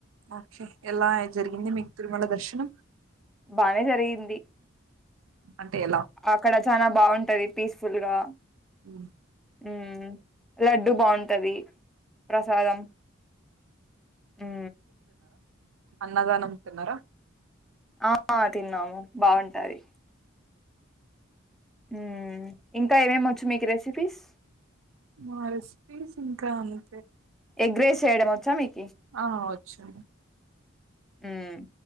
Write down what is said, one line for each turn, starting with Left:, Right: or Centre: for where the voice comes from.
Right: ఓకే ఎలా జరిగింది మీకు తిరుమల దర్శనం
Centre: బానే జరిగింది
Right: అంటే ఎలా
Centre: అక్కడ చానా బాగుంటది పీస్ఫుల్ గా
Right: అ
Centre: ఉ లడ్డు బాగుంటది ప్రసాదం ఉ
Right: అన్నదానమ్ తిన్నారా
Centre: ఆ తిన్నాము బాగుంటది ఉమ్ ఇంకా ఏమేమొచ్చు మీకు రెస్ చపిస్
Right: మారస్ సింకాంత
Centre: ఎగ్రెస్ చేయడం వచ్చా మీకు
Right: ఆ వచ్చు
Centre: ఉమ్